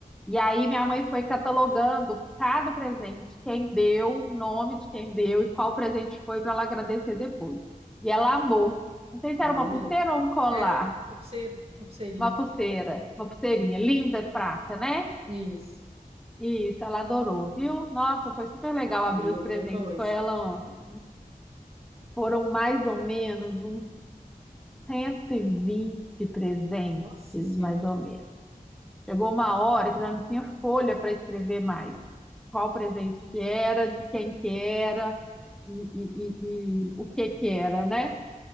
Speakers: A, in the centre; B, on the right.
A: E aí minha mãe foi catalogando cada presente, quem deu, o nome de quem deu e qual presente foi para ela agradecer depois. E ela amou. Não sei se
B: amor
A: era uma
B: mesmo.
A: pulseira ou um colar.
B: Era uma uma pulseira, uma pulseirinha.
A: Uma pulseira, uma pulseirinha linda, prata, né?
B: Isso.
A: Isso, ela adorou, viu? Nossa, foi super legal abrir
B: Ganhou
A: os
B: muita
A: presentes
B: coisa.
A: com ela ontem. Foram mais ou menos uns 120 presentes,
B: Nossa Senhora,
A: mais ou menos. Chegou uma hora que já não tinha folha para escrever mais. Qual presente que era, de quem que era e, e- e- e o que que era, né?